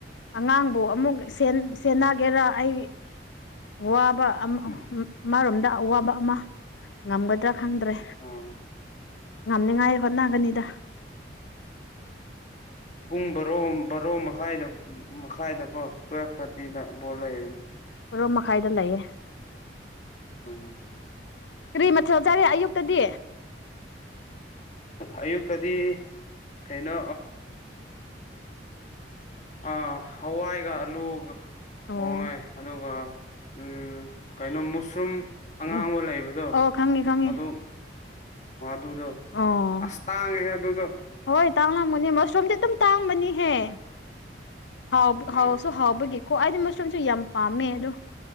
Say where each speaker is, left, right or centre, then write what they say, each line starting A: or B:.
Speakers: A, on the left; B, on the left.
A: ꯑꯉꯥꯡꯕꯨ ꯑꯃꯨꯛ ꯁꯦꯟꯅꯒꯦꯔꯥ ꯑꯩ ꯋꯥꯕ
B: ꯎꯝ
A: ꯃꯥꯔꯣꯝꯗ ꯑꯋꯥꯕ ꯑꯃ ꯉꯝꯒꯗ꯭ꯔꯥ ꯈꯪꯗ꯭ꯔꯦ
B: ꯑꯣ
A: ꯉꯝꯅꯤꯉꯥꯏ ꯍꯣꯠꯅꯒꯅꯤꯗ
B: ꯄꯨꯡ ꯕꯔꯣ ꯕꯔꯣ ꯃꯈꯥꯏꯗ ꯃꯈꯥꯏꯗ ꯑꯣ ꯇꯨꯋꯦꯜꯞ ꯊꯥꯔꯇꯤꯗ ꯕꯣꯜ ꯂꯩꯌꯦ
A: ꯍꯣꯔꯣ ꯃꯈꯥꯏꯗ ꯂꯩꯌꯦꯦ
B: ꯑꯣ
A: ꯀꯔꯤ ꯃꯊꯦꯜ ꯆꯥꯔꯦ ꯑꯌꯨꯛꯇꯗꯤ
B: ꯑꯌꯨꯛꯇꯗꯤ ꯀꯩꯅꯣ ꯑꯥ ꯍꯋꯥꯏꯒ ꯑꯂꯨꯒ
A: ꯑꯣ
B: ꯊꯣꯡꯉꯦ ꯑꯗꯨꯒ ꯎꯝ ꯀꯩꯅꯣ ꯃꯨꯁ꯭ꯔꯨꯝ ꯑꯉꯥꯡꯕ
A: ꯎꯝ
B: ꯂꯩꯕꯗꯣ
A: ꯑꯣ ꯈꯪꯉꯤ ꯈꯪꯉꯤ
B: ꯑꯗꯨꯝ ꯑꯗꯨꯗꯣ
A: ꯑꯣ
B: ꯑꯁ ꯇꯥꯡꯉꯦꯍꯦ ꯑꯗꯨꯗꯣ
A: ꯍꯣꯏ ꯇꯥꯡꯂꯝꯒꯅꯤ ꯃꯁꯔꯨꯝꯗꯤ ꯑꯗꯨꯝ ꯇꯥꯡꯕꯅꯤꯍꯦ ꯍꯥꯎꯕ
B: ꯎꯝ
A: ꯍꯥꯎꯁꯨ ꯍꯥꯎꯕꯒꯤ ꯀꯣ ꯑꯩꯗꯤ ꯃꯁꯔꯨꯝꯁꯨ ꯌꯥꯝ ꯄꯥꯝꯃꯦ ꯑꯗꯣ